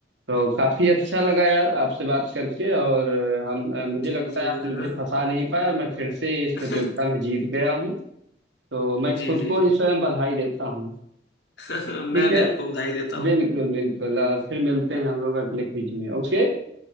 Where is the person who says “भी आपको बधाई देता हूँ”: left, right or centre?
Left